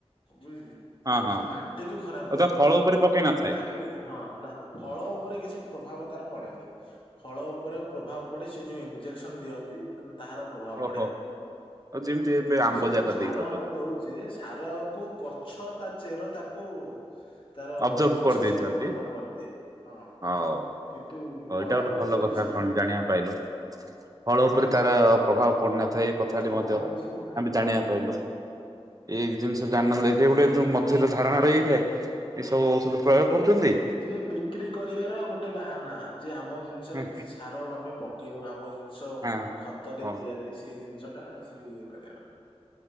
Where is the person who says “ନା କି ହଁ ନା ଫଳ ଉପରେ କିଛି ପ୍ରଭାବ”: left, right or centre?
Left